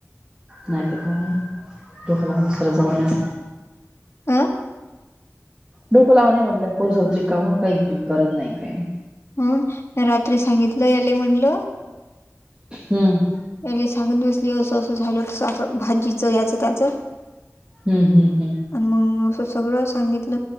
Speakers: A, on the right; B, on the left.
A: नाहीत काय डोक लावल सऱ्या जमान्याच.
B: अ
A: डोक लावु नये म्हटल या पोरीसोबत रिकाम‌. काही गरज नाही न काही नाही.
B: हं रात्री सांगितल. याले म्हणल
A: हम्म
B: याले सांगत बसली अस अस झाल. तस भाजीच याच त्याच.
A: हम्म हम्म हम्म
B: आणि मगं अस सगळ सांगितल.